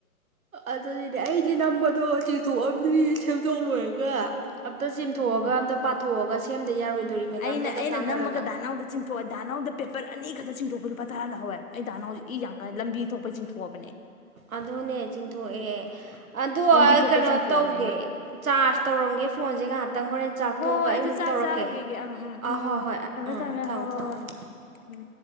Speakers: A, on the right; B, on the left.
A: ꯑꯗꯗꯤ ꯑꯩꯗꯤ ꯅꯝꯕꯗꯣ ꯊ <unintelligible> ꯑꯗꯨꯗꯤ ꯁꯦꯝꯗꯣꯛꯂꯣꯏꯔꯒ ꯑꯝꯇ ꯆꯦꯝꯊꯣꯛꯑꯒ
B: ꯎꯝ
A: ꯑꯝꯇ ꯄꯥꯊꯣꯛꯑꯒ ꯁꯦꯝꯗ ꯌꯥꯔꯣꯏꯗꯣꯔꯤ ꯃꯦꯗꯥꯝꯗꯒ
B: ꯑꯩꯅ ꯑꯩꯅ
A: ꯇꯥꯟꯅꯔꯒ
B: ꯅꯝꯃꯒ ꯗꯥꯅꯥꯎꯗ ꯆꯤꯡꯊꯣꯛꯑ ꯗꯥꯅꯥꯎꯗ ꯄꯦꯄꯔ ꯑꯅꯤ ꯈꯛꯇ ꯆꯤꯡꯊꯣꯛꯄ ꯂꯨꯄꯥ ꯇꯔꯥ ꯂꯧꯍꯧꯋꯕ ꯑꯩꯗ ꯅꯅꯥꯎꯁꯤ ꯏ ꯌꯥꯝ ꯀꯥꯏꯅ ꯂꯝꯕꯤ ꯊꯣꯛꯄꯩ ꯆꯤꯡꯊꯣꯛꯑꯕꯅꯦ
A: ꯑꯗꯨꯅꯦ ꯆꯤꯡꯊꯣꯛꯑꯦ ꯑꯗꯣ
B: ꯂꯝꯕꯤ
A: ꯑꯩ
B: ꯊꯣꯛꯄꯩ
A: ꯀꯩꯅꯣ
B: ꯆꯤꯡꯊꯣꯛꯑꯕꯅꯦ
A: ꯇꯧꯒꯦ
B: ꯑꯩꯃ
A: ꯆꯥꯔꯖ ꯇꯧꯔꯝꯒꯦ ꯐꯣꯟꯁꯦ ꯉꯥꯏꯍꯥꯛꯇꯪ ꯍꯣꯔꯦꯟ ꯆꯥꯛꯇꯣꯛꯑꯒ
B: ꯍꯣꯏ
A: ꯑꯩꯃꯨꯛ
B: ꯑꯩꯁꯨ ꯆꯥꯛ
A: ꯇꯧꯔꯛꯀꯦ
B: ꯆꯥꯔꯨꯈꯤꯒꯦ ꯑꯪ ꯎꯝ
A: ꯑꯥ
B: ꯎꯝ
A: ꯍꯣꯏ
B: ꯎꯝ
A: ꯍꯣꯏ
B: ꯊꯝꯃꯦ
A: ꯎꯝ
B: ꯊꯝꯃꯦ
A: ꯊꯝꯃꯣ
B: ꯍꯣꯏ ꯍꯣꯏ
A: ꯊꯝꯃꯣ
B: ꯍꯣꯏ
A: ꯎꯝ
B: ꯎꯝ